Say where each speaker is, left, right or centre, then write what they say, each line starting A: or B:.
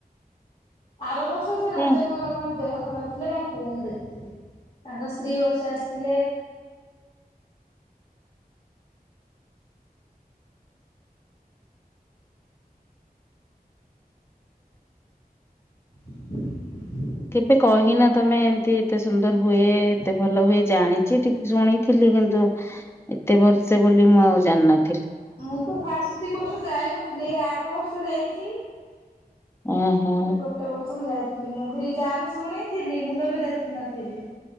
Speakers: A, on the left; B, on the left.
A: ଆରବର୍ଷ ସେ ରାଜାଙ୍କର
B: ଏ
A: କଣ ଦେହ ଖରାପ ଥିଲା ତାଙ୍କ ପୁଅଙ୍କୁ ଦେଖିଥିଲି। ତାଙ୍କ ସ୍ତି ଦି ବର୍ଷ ଆସିଥିଲେ। <inaudible>
B: କେବେ କହିନା ତମେ ଏମିତି ଏତେ ସୁନ୍ଦର ହୁଏ। ଏତେ ଭଲ ହୁଏ। ଜାଣିଚି ଟିକ୍ ଶୁଣିଥିଲି କିନ୍ତୁ ଏତେ ଭଲସେ ବୋଲି ମୁଁ ଆଉ ଜାଣିନଥ
A: ମୁଁ ତ ଫାଷ୍ଟ ଦି ବର୍ଷ ଯାଇନ ଥିଲି। ଏ ଆରବର୍ଷ ଯାଇଚି। ଏ
B: ଓହୋ
A: ଗୋଟେ ବର୍ଷ ମୁଁ ଯାଇଥି ମୁଁ ବି ଜାଣି ଶୁଣିଥିଲି ମୁଁ କେବେ ଦେଖିନଥିଲି।